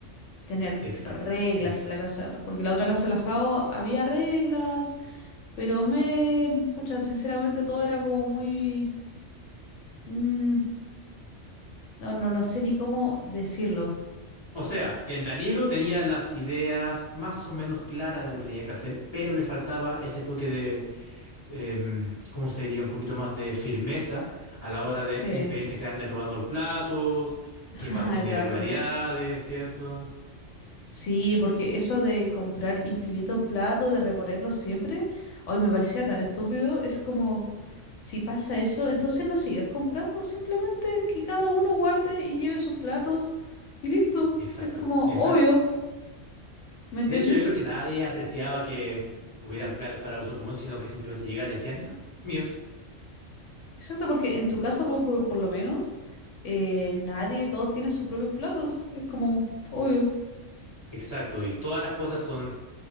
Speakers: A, on the left; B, on the left.
A: tener
B: Exacto,
A: reglas
B: exacto.
A: en la casa, porque la otra casa de la Jao había reglas, pero men, pucha, sinceramente todo era como muy... mm, no, no, no sé ni cómo decirlo.
B: O sea, el Danilo tenía las ideas más o menos claras de lo que tenía que hacer, pero le faltaba ese toque de, em, ¿cómo se diría? Un poquito más de firmeza a la hora de
A: Sí,
B: impedir que se anden robando los platos,
A: <laughs>
B: que pasen
A: exacto.
B: irregularidades, ¿cierto?
A: Sí, porque eso de comprar infinitos platos, de reponerlos siempre, hoy me parecía tan estúpido. Es como, si pasa eso, entonces no sigas comprando, simplemente que cada uno guarde y lleve sus platos y listo.
B: Exacto,
A: Es como
B: exacto.
A: obvio, ¿me entiendes?
B: De hecho, yo creo que nadie apreciaba que hubieran platos para uso común, sino que simplemente llegaban y decían, ya, míos.
A: Exacto, porque en tu casa, por, por- por lo menos, eh, nadie, todos tienen sus propios platos. Es como obvio.
B: Exacto, y todas las cosas son